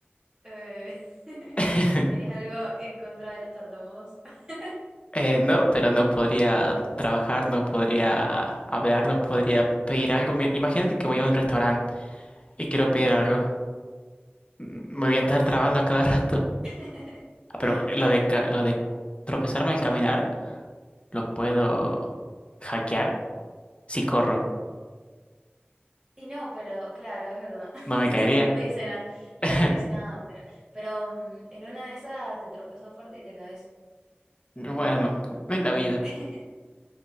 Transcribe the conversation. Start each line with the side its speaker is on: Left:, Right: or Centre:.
Right: Eh, <laughs>
Left: <laughs>
Right: ¿tenés algo en contra de los tartamudos? <laughs>
Left: Eh, no, pero no podría trabajar, no podría hablar,
Right: Claro,
Left: no podría pedir algo. Mi- Imagínate que voy a un restaurante y quiero
Right: ajá,
Left: pedir algo. Mm, Me
Right: claro,
Left: voy a estar trabando a cada rato.
Right: <laughs>
Left: Ah, Pero lo
Right: claro,
Left: de,
Right: es
Left: ca-
Right: verdad.
Left: lo de tropezarme al caminar lo puedo hackear si corro.
Right: Y no, pero claro, es verdad.
Left: No me
Right: <laughs>
Left: caería.
Right: No dice nada. Claro,
Left: <laughs>
Right: no dice nada, pero, pero mm, en una de esas te tropezas fuerte y te caes.
Left: Bueno, es la vida.
Right: <laughs>